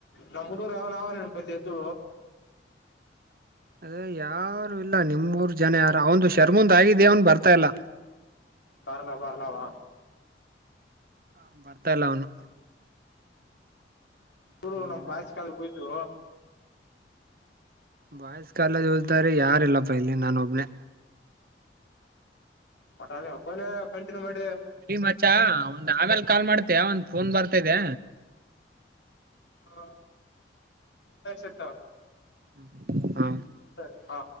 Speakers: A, on the left (about 80°); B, on the right (about 50°).
A: ನಮ್ ಹಡುೂರ ಯಾವ ನ ಅವನನ್ ಬಲ್ಲಿ ಎದು
B: ಅ ಯಾರು ಇಲ್ಲ ನಿಮೂರ್ ಜನ ಯಾರ ಅವಂದು ಶರ್ಮಂದ್ ಆಗಿದ ಅವನ್ ಬರ್ತಾ ಇಲ್ಲ
A: ಬರ್ಲ ಬರ್ಲಾವಾ
B: ಹ ಬರ್ತಾ ಇಲ್ಲ ಅವನು
A: ಹೂರು
B: ಹ್ಮ್
A: ನಮ್ ಬಾಯ ಕಾಲ ಹೋಯ್ದು
B: ಬಾಯ್ಸ್ ಕಾಲದ ಹೋಲ್ತಾರೆ ಯಾರಿಲ್ಲಪ್ಪ ಇಲ್ಲಿ ನಾನ ಒಬ್ನೇ
A: ಮಟ್ ಹಬ್ಬನೇ ಕಂಟಿನ್ಯೂ ಮಾಡ
B: ಸರಿ ಮಚಾ ಒಂದ್ ಆಗಲ್ ಕಾಲ್ ಮಾಡ್ತಯ ಒಂದ್ ಫೋನ್ ಬರ್ತಿದೆ
A: ಹ ಸ ಸತ
B: ಹ್ಮ ಹಾ
A: ಸರಿ ಹಾ